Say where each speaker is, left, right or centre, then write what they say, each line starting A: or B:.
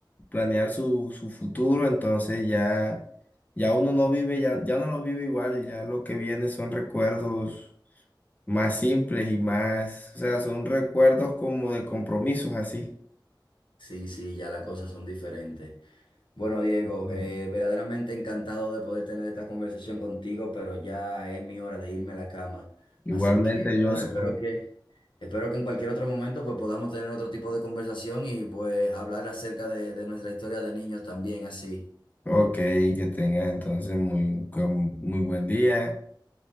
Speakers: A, on the left; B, on the left.
A: planear su, su futuro, entonces ya, ya uno no vive, ya, ya no lo vive igual, ya lo que viene son recuerdos más simples y más, o sea, son recuerdos como de compromisos así.
B: Sí, sí, ya las cosas son diferentes. Bueno, Diego,
A: Mm.
B: eh, verdaderamente encantado de poder tener esta conversación contigo, pero ya es mi hora de irme a la cama.
A: Igualmente
B: Así que,
A: yo,
B: bueno,
A: sí-
B: espero que, espero que en cualquier otro momento pues podamos tener otro tipo de conversación y pues hablar acerca de, de nuestra historia de niños también así.
A: ok, que tengas entonces muy, con- muy buen día.